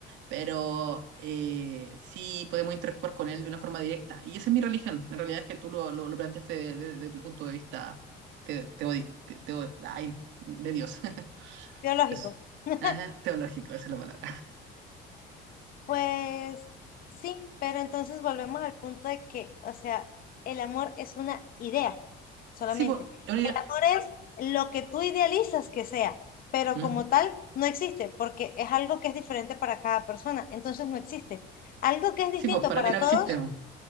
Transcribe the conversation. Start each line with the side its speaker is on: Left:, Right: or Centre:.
Right: pero eh, sí podemos interactuar con él de una forma directa. Y esa es mi religión, en realidad es que tú lo, lo, lo planteaste desde de, de tu punto de vista te, te, te- te ay, de Dios, <laughs>
Left: Biológico.
Right: eso.
Left: <laughs>
Right: Ajá, teológico, esa es la palabra.
Left: Pues sí, pero entonces volvemos al punto de que, o sea, el amor es una idea solamente.
Right: Sí, pues, es una
Left: El
Right: idea.
Left: amor es lo que tú idealizas que sea, pero
Right: Mm.
Left: como tal no existe, porque es algo que es diferente para cada persona, entonces no existe. Algo que es distinto
Right: Sí, pues, para
Left: para
Right: ti no existe.
Left: todos,
Right: po.